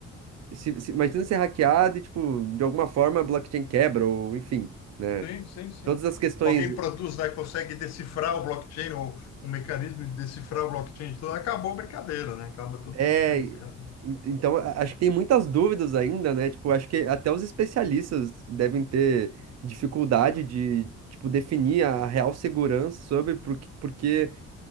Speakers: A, on the right; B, on the left.
A: se, se- imagina ser hackeado e, tipo, de alguma forma a blockchain quebra, ou enfim, né?
B: Sim, sim, sim.
A: Todas as questões
B: Alguém produz lá e consegue decifrar o blockchain, ou um mecanismo de decifrar o blockchain, então acabou a brincadeira, né? Acaba todo
A: É,
B: o sistema. você tem razão.
A: en- então a- acho que tem muitas dúvidas ainda, né? Tipo, acho que até os especialistas devem ter dificuldade de, tipo, definir a real segurança sobre porque, porque